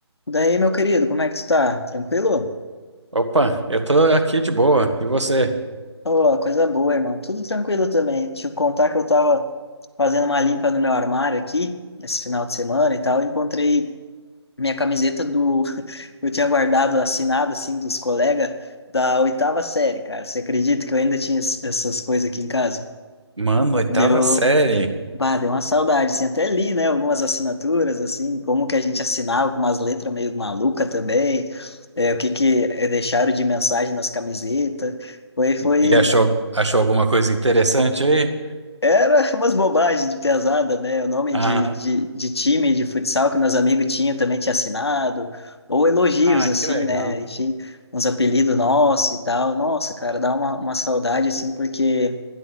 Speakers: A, on the left (about 65°); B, on the right (about 85°).
A: Daí, meu querido, como é que tu tá? Tranquilo?
B: Opa, eu tô aqui de boa. E você?
A: Ô, coisa boa, irmão. Tudo tranquilo também. Te contar que eu tava fazendo uma limpa no meu armário aqui, esse final de semana e tal. Eu encontrei minha camiseta do. <laughs> Eu tinha guardado assinado, assim, dos colegas da oitava série, cara. Você acredita que eu ainda tinha es- essas coisas aqui em casa?
B: Mano, oitava
A: Deu,
B: série.
A: Bah, deu uma saudade, assim, até li, né, algumas assinaturas, assim, como que a gente assinava com umas letras meio maluca também, é, o que que é, deixaram de mensagem nas camisetas, foi, foi,
B: E achou, achou alguma coisa interessante aí?
A: era <laughs> umas bobagens de pesada, né, o nome
B: Ah,
A: de, de, de time de futsal que meus amigos tinham também tinha assinado, ou elogios,
B: ah,
A: assim,
B: que legal.
A: né, enfim, uns apelidos nossos e tal, nossa, cara, dá uma, uma saudade, assim, porque...